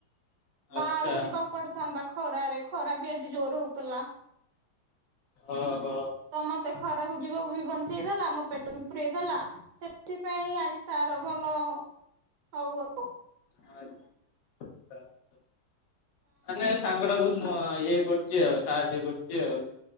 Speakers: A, on the left (about 65°); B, on the right (about 65°).
A: ଆଚ୍ଛା
B: ବାହାରୁକୁ ଯିବ ପଡଥାନ୍ତା ଖରାରେ ଖରା ବି ଆଜି ଜୋର ହଉଥିଲା।
A: ଓହୋ।
B: ତ ମତେ ଖରାକୁ ଯିବାକୁ ବି ବଞ୍ଚେଇଦେଲା ମୋ ପେଟ ବି ପୁରେଇ ଦେଲା। ସେଥିପାଇଁ ଆଜି ତାର ଭଲ ହଉ ଆଉ।
A: <unintelligible> ମାନେ ସାଙ୍ଗ ଟା ବହୁତ୍ ମହା ଇଏ କରୁଚି ଆଉ ସାହାଯ୍ୟ କରୁଚ଼ି ଆଉ।